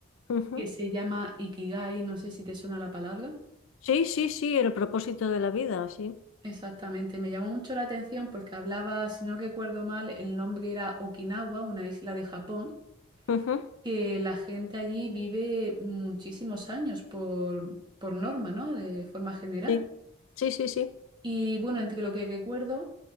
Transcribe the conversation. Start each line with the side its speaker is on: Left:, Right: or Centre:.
Left: ujú.
Right: que se llama Ikigai, no sé si te suena la palabra.
Left: Sí, sí, sí, el propósito de la vida, sí.
Right: Exactamente, me llamó mucho la atención porque hablaba, si no recuerdo mal, el nombre era Okinawa, una isla de Japón.
Left: Ujú,
Right: que la gente allí vive muchísimos años por, por norma, ¿no? De forma general.
Left: sí, sí, sí, sí.
Right: Y bueno, entre lo que recuerdo,